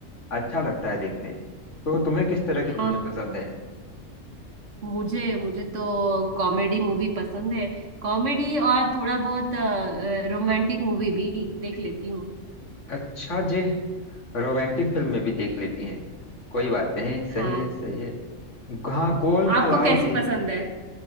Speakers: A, on the left; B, on the right.
A: अच्छा लगता है देखने तो तुम्हें किस तरह की
B: हाँ
A: फिल्में पसंद है
B: मुझे मुझे तो कॉमेडी मूवी पसंद है कॉमेडी और थोड़ा बहुत रोमांटिक मूवी भी देख लेती हूँ
A: अच्छा जी रोमांटिक फिल्में भी देख लेती हैं कोई बात नहीं सही
B: हाँ
A: है सही है हाँ गोलमाल
B: आपको
A: आई
B: कैसी
A: थी
B: पसंद है